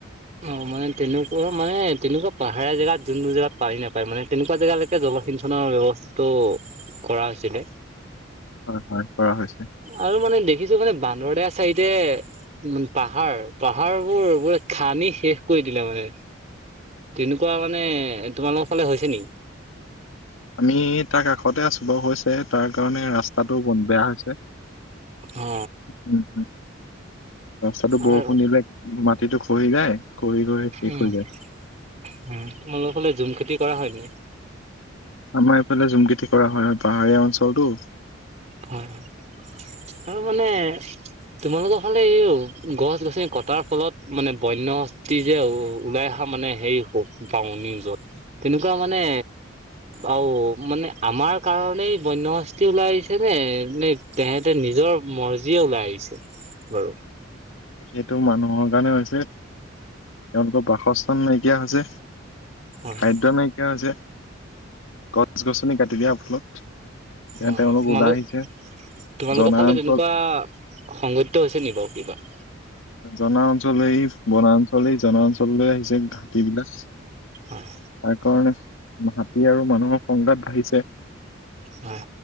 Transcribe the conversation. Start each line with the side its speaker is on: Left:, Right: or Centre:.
Right: অ' মানে তেনেকুৱা মানে তেনেকুৱা পাহাৰীয়া জেগাত যোন জেগাত পানী নাপায় মানে তেনেকুৱা জেগালৈকে যাব। পতিথনৰ ব্যৱস্থাটো কৰা হৈছিলে।
Left: হয় হয় কৰা হৈছে
Right: আৰু মানে দেখিছো মানে বান্দৰতে আ চাইডে পাহাৰ পাহাৰ বোৰ ব খানি শেষ কৰি দিলে মানে। তেনেকুৱা মানে তোমালোকৰ ফালে হৈছে নেকি।
Left: আমি তাৰ কাষতে আছোঁ বাৰু হৈছে তাৰ কাৰণে ৰাস্তাটো ব বেয়া হৈছে।
Right: অ
Left: উম ৰাস্তাটো বৰষুণ
Right: আৰু
Left: দিলে মাত। মাটিটো খহি যায়। খহি খহি শেষ
Right: উম
Left: হৈ যায়।
Right: উম তোমালোকৰ ফালে জুম খেতি কৰা হয় নে?
Left: আমাৰ এইফালে জুম খেতি কৰা হয়। পাহাৰীয়া অঞ্চলটো
Right: হয় হয় আৰু মানে তোমালোকৰ হ'লে হও গছ -গছনি কটাৰ ফলত মানে বন্য হাতী যে ওলায়। ক মানে হেৰি হ পাওঁ নিউজত তেনেকুৱা মানে। অ' মানে আমাৰ কাৰণেই বন্যশাস্তি ওলাইছে। নে এ তেহেঁতে নিজৰ মৰ্জিয়ে ওলাই আহিছে বাৰু।
Left: সেইটো মানুহৰ কাৰণে হৈছে তেওঁলোকৰ বাসস্থান নাইকিয়া হৈছে।
Right: হয়,
Left: খাদ্যই
Right: হয়।
Left: নাইকিয়া হৈছে, গছ -গছনি কাটি দিয়া ফলত। এ
Right: অ',
Left: তেওঁলোক
Right: তোমালোক
Left: ওলাই আহিছে।
Right: তোমালোকৰ
Left: জনা
Right: ফালে
Left: অঞ্চল
Right: তেনেকুৱা সংঘটিত হৈছে নিকি বাৰু কিবা।
Left: জনা অঞ্চলেই বনাঞ্চলেই জনা অঞ্চললৈ আহিছে ঘাটী বিলাক।
Right: হয়,
Left: তাৰ কাৰণে হাতী আৰু মানুহৰ সংঘাত বাঢ়িছে।
Right: হয়,